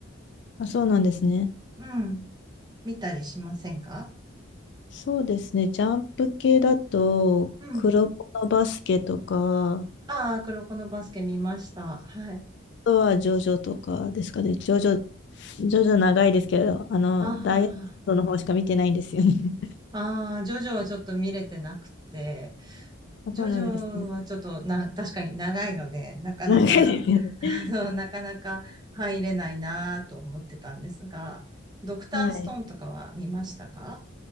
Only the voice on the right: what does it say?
うん。見たりしませんか
うん。
ああ、黒子のバスケ見ました。はい。
あ
あ、ああ、ジョジョはちょっと見れてなくて、
ジョジョはちょっとな、
確かに長いので、なかなか、
<laughs> そうなかなか入れないなと思ってたんですが、ドクターストーンとかは見ましたか